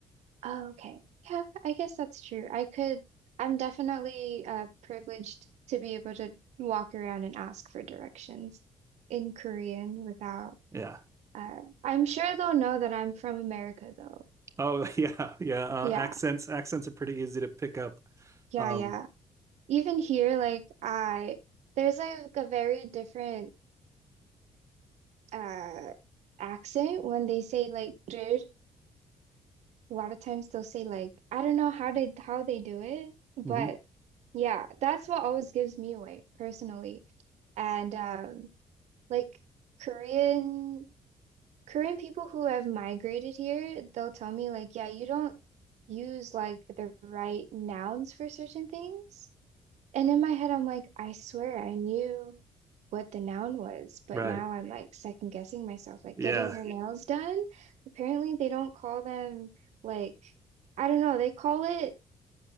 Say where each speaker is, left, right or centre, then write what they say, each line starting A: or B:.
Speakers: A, on the right (about 80°); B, on the right (about 25°).
A: Oh, okay. Yeah, I guess that's true. I could, I'm definitely uh privileged to be able to walk around and ask for directions in Korean without
B: Yeah.
A: Uh, I'm sure they'll know that I'm from America, though.
B: Oh <laughs> yeah, yeah. Uh,
A: Yeah,
B: accents accents are pretty easy to pick up.
A: yeah,
B: Um,
A: yeah. Even here, like I, there's like a very different uh accent when they say like "dude." A lot of times they'll say like I don't know how they how they do it, but
B: Mhm.
A: yeah, that's what always gives me away personally. And um, like Korean. Korean people who have migrated here, they'll tell me like, yeah, you don't use like the right nouns for certain things. And in my head, I'm like, I swear I knew what the noun was, but
B: right.
A: now I'm like second guessing myself, like
B: Yeah.
A: getting your nails done. Apparently, they don't call them like, I don't know, they call it